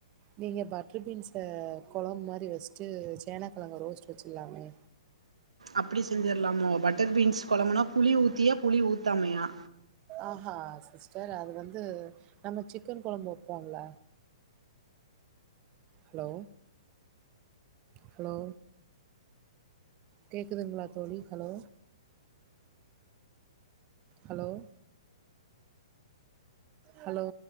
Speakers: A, on the right; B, on the right.
A: நீங்க பட்ரு பீன்ஸ கொழம்பு மாரி வச்ட்டு சேனக்கெழங்க ரோஸ்ட் வச்சுர்லாமே
B: அப்டி செஞ்சுர்லாமோ பட்டர் பீன்ஸ் கொழம்புனா புளி ஊத்தியா புளி ஊத்தாமையா
A: ஆஹா சிஸ்டர் அது வந்து நம்ம சிக்கன் கொழம்பு வைப்போம்ல ஹலோ ஹலோ கேக்குதுங்களா தோழி ஹலோ ஹலோ ஹலோ